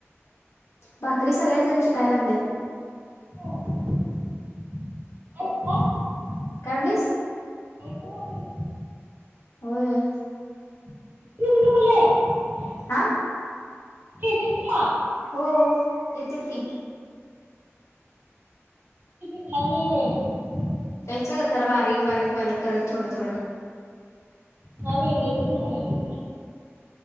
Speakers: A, on the left; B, on the right.
A: भाकरी सगळ्या जणी शिकायला लागल्यात.
B: हो आहेत का?
A: काय म्हणलीस?
B: किती भाकरी?
A: होय
B: मी तुला बोललोय?
A: हा
B: येत्या तिला
A: हो येतेत की.
B: मी शिकाय नाही बाई
A: चल जरा बारीक बारीक बारीक करत थोड थोड
B: हा बाई एंगेजमेंट झाली.